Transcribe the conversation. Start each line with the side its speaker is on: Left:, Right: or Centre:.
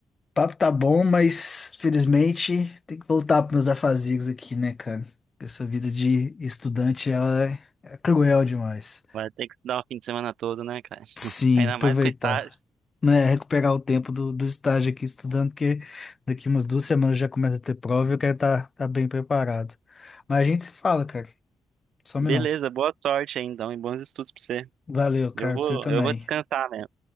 Left: papo tá bom, mas felizmente tem que voltar para meus afazigos aqui, né, cara? Essa vida de estudante, ela é, é cruel demais.
Right: Vai ter que dar um fim de semana todo, né, cara?
Left: Sim,
Right: <laughs> Ainda
Left: aproveitar,
Right: mais com estágio.
Left: né? Recuperar o tempo do, do estágio aqui estudando, porque daqui umas duas semanas já começa a ter prova e eu quero estar tá, tá bem preparado. Mas a gente se fala, cara. Some
Right: Beleza,
Left: não.
Right: boa sorte aí, então, e bons estudos pra você.
Left: Valeu, cara,
Right: Eu vou,
Left: pra você também.
Right: eu vou descansar mesmo.